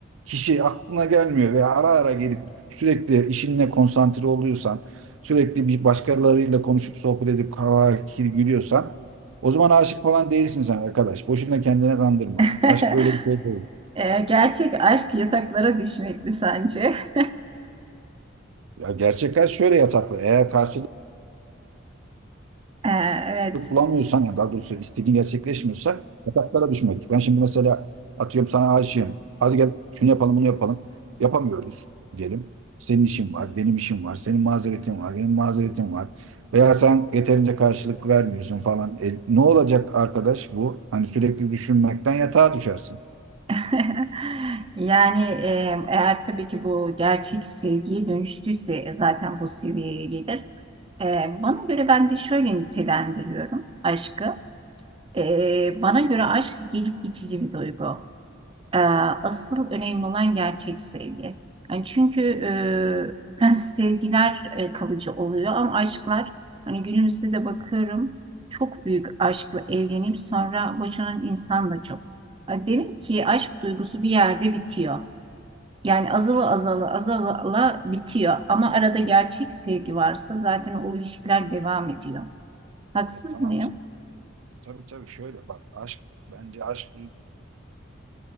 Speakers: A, on the right (about 80°); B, on the right (about 25°).
A: kişi aklına gelmiyor ve ara ara gelip sürekli işinle konsantre oluyorsan, sürekli bir başkalarıyla konuşup sohbet edip kahkaha gülüyorsan o zaman aşık falan değilsin sen arkadaş. Boşuna kendine kandırma.
B: <laughs>
A: Aşk öyle bir şey değil.
B: Ee, gerçek aşk yataklara düşmek mi sence? <laughs>
A: Ya gerçek aşk şöyle yataklı. Eğer karşı
B: Ee, evet.
A: bulamıyorsan ya daha doğrusu istediğin gerçekleşmiyorsa yataklara düşmek. Ben şimdi mesela atıyorum sana aşığım. Hadi gel şunu yapalım bunu yapalım. Yapamıyoruz diyelim. Senin işin var, benim işim var, senin mazeretin var, benim mazeretim var. Veya sen yeterince karşılık vermiyorsun falan. E, ne olacak arkadaş bu? Hani sürekli düşünmekten yatağa düşersin.
B: <laughs> Yani e, eğer tabii ki bu gerçek sevgiye dönüştüyse e, zaten bu seviyeye gelir. E, bana göre ben de şöyle nitelendiriyorum aşkı. E, bana göre aşk gelip geçici bir duygu. Ee, asıl önemli olan gerçek sevgi. Yani çünkü e, ben <laughs> sevgiler e, kalıcı oluyor ama aşklar hani günümüzde de bakıyorum çok büyük aşkla evlenip sonra boşanan insan da çok. Ha, Demek ki aşk duygusu bir yerde bitiyor. Yani azala azala azala azala bitiyor ama arada gerçek sevgi varsa zaten o ilişkiler devam ediyor. Haksız
A: E, tamam.
B: mıyım?
A: işte. Tabii tabii şöyle bak aşk bence aşk